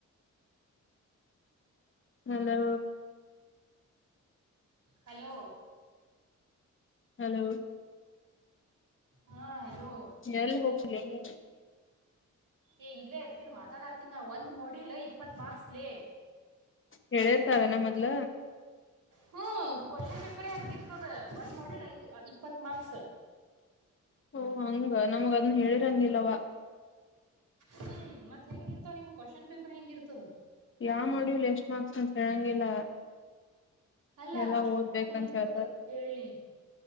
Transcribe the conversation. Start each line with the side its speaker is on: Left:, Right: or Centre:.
Left: ಹಲೋ
Right: ಹಲೋ
Left: ಹಲೋ
Right: ಹಾ ಹಲೋ
Left: ಎಲ್ಲ ಹೋಗ್ಲೇನೆ ನೀನು
Right: ಏ ಇಲ್ಲೇ ಇರ್ತೀನಿ ಮಾತಾಡಾತೀನಿ ಒಂದು ಮ ಮಾಡ್ಯಲ್ ಇಪ್ಪತ್ತು ಮಾರ್ಕ್ಸ್ ಲೇ
Left: ಹೇಳಿರ್ತಾರ ನ ಮೊದ್ಲ
Right: ಹ್ಮ ಕ್ವಶನ್ ಪೇಪರ ಹಗಿರ್ತದ ಒಂದ ಮಾಡೆಲ್ ಐದು ಇಪ್ಪತ್ ಮಾರ್ಕ್ಸ್
Left: ಓ ಹಂಗ ನಮಗ ಅದನ್ ಹೇಳಿರಂಗಿಲ್ಲವಾ
Right: ಹ್ಮ್ ಮತ್ತತ್ ಹೆಂಗ ಇರ್ತಾವ ನಿಮ್ ಕ್ವಶ್ನ್ ಪೇಪರ್ ಹೆಂಗಿರ್ತದ
Left: ಯಾವ್ ಮಾಡ್ಯಿವಲ್ ಎಷ್ಟ್ ಮಾರ್ಕ್ಸ್ ಅಂತ ಹೇಳಂಗಿಲ್ಲ
Right: ಅಲ್ಲ
Left: ಎಲ್ಲಾ
Right: ಕ್ವಶನ್
Left: ಓದ್ಬೇಕಂತ
Right: ಪೇಪರ್ ಹೆಂಗಿರ್ತದ
Left: ಹೇಳ್ತಾರೆ
Right: ಅದ್ ಹೇಳಿ